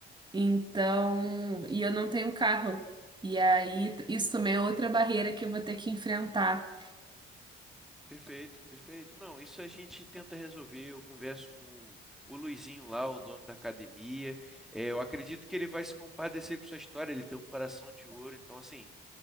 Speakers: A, on the right (about 20°); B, in the centre.
A: então, e eu não tenho carro. E aí, isso também é outra barreira que eu vou ter que enfrentar.
B: Perfeito, perfeito. Não, isso a gente tenta resolver. Eu converso com o Luizinho lá, o dono da academia. É, eu acredito que ele vai se compadecer com sua história. Ele tem um coração de ouro. Então, assim,